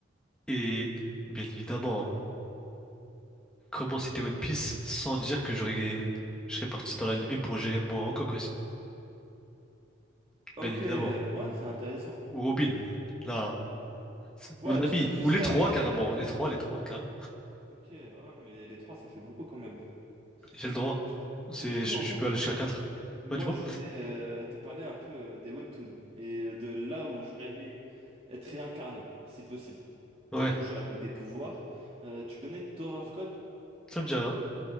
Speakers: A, in the centre; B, on the right.
A: Et, bien évidemment, hein, comment c'était One Piece sans dire que j'aurais, je serais parti dans l'animé pour gérer Boa Hancock aussi.
B: Ok,
A: Bien évidemment.
B: ouais, c'est intéressant.
A: Ou Robin, là, c'est
B: Ouais,
A: mon ami.
B: tu, tu
A: Ou
B: serais
A: les trois,
B: allé... euh,
A: carrément. Les trois, les trois, carrément.
B: Ok, ouais, mais les trois, ça fait beaucoup quand même.
A: J'ai le droit.
B: Du
A: C'est,
B: du coup,
A: je
B: en
A: je
B: fait,
A: peux aller jusqu'à quatre.
B: moi,
A: Ouais, dis-moi.
B: je voulais euh, te parler un peu euh, des webtoons et euh, de là où j'aurais aimé être réincarné, si possible.
A: Ouais,
B: Tu vois, toujours avec des pouvoirs. Euh, tu connais Tower of God?
A: ça me dit rien.